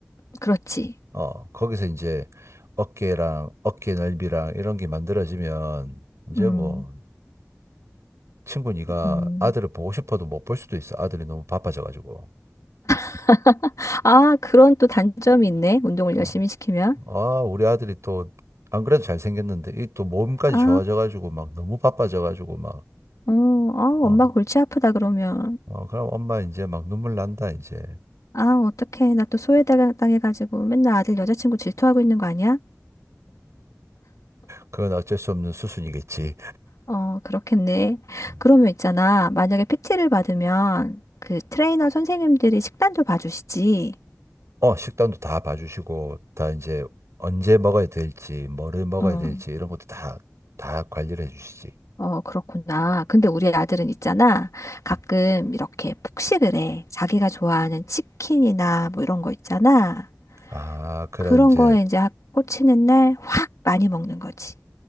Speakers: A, on the left; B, on the right.
A: 그렇지.
B: 어, 거기서 이제 어깨랑 어깨 넓이랑 이런 게 만들어지면 이제
A: 음,
B: 뭐 친구 니가
A: 음.
B: 아들을 보고 싶어도 못 볼 수도 있어. 아들이 너무 바빠져 가지고.
A: <laughs> 아, 그런 또 단점이 있네. 운동을
B: 어.
A: 열심히 시키면.
B: 아, 우리 아들이 또 안 그래도 잘생겼는데 이 또 몸까지
A: 아,
B: 좋아져 가지고 막 너무 바빠져 가지고 막
A: 어, 아,
B: 어.
A: 엄마 골치 아프다 그러면.
B: 어, 그럼 엄마 이제 막 눈물 난다 이제.
A: 아, 어떡해. 나 또 소외당해가지고 맨날 아들 여자친구 질투하고 있는 거 아니야?
B: 그건 어쩔 수 없는 수순이겠지.
A: 어, 그렇겠네.
B: 음.
A: 그러면 있잖아. 만약에 PT를 받으면 그 트레이너 선생님들이 식단도 봐주시지.
B: 어, 식단도 다 봐주시고 다 이제 언제 먹어야 될지, 뭐를 먹어야
A: 응.
B: 될지 이런 것도 다 다 관리를 해주시지.
A: 어, 그렇구나. 근데 우리 아들은 있잖아. 가끔 이렇게 폭식을 해. 자기가 좋아하는 치킨이나 뭐 이런 거 있잖아.
B: 아, 그런
A: 그런
B: 이제.
A: 거에 이제 하- 꽂히는 날 확 많이 먹는 거지.